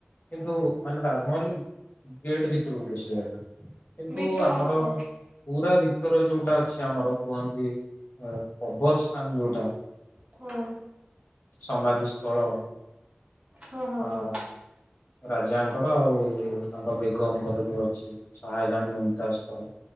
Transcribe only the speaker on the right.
ଭିତର
ହଁ
ହଁ।
ହଁ ହଁ
ହଁ